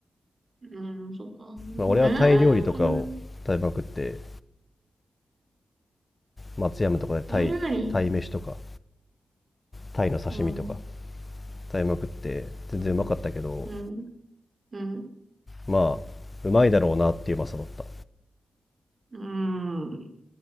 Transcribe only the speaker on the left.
まあ、俺はタイ料理とかを食べまくって
松山とかでタイ、
タイ飯とかタイの刺身とか
食べまくって全然うまかったけど
まあうまいだろうなっていううまさだった